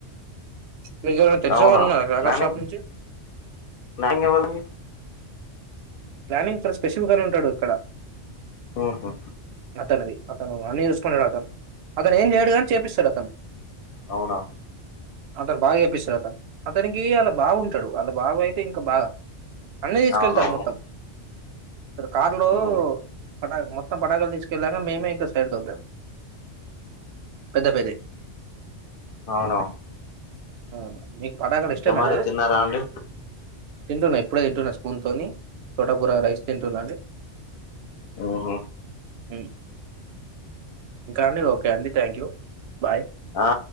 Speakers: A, on the right; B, on the left.
A: మీకు ఎవరైనా తెలిసిన
B: అవునా
A: వాళ్ళు ఉన్నార క్రాకర్
B: ప్లానింగ్
A: షాప్ నుంచి
B: ప్లానింగ్ ఎవరిదండి
A: ప్లానింగ్ ఇ స్పెసిఫక్ గానే ఉంటడు ఇక్కడ
B: మ్మ్ హు
A: అతనుది అతను అన్ని చూసుకున్నాడు. అతను అతను ఏం చేయడు కాని చేపిస్తాడు. అతను
B: అవునా
A: అతను బాగా చేపిస్తాడు అతను అతనికి అలా బాగుంటాడు అ బావ అయితే ఇంకా బాగా అన్నీ తీసుకెళ్తారు
B: అవునవును
A: మొత్తం కార్లో
B: మ్మ్
A: పటాకా మొత్తం పటకాలు తీసుకెళ్లాక మేమే ఇంకా ఏడు దబ్బ పెద్ద పెది
B: అవునా
A: అవును మీకు పాటకలు
B: ఇక
A: ఇష్టమేనా
B: మరి తిన్నారా అండి
A: తింటున్నా ఇప్పుడే తింటున్నా స్పూన్తోని తోటకూర రైస్ తింటున్నాండి
B: మ్మ్ హు
A: ఇం ఇంకా అండి ఓకే అండి థ్యాంక్ యూ బాయ్
B: ఆ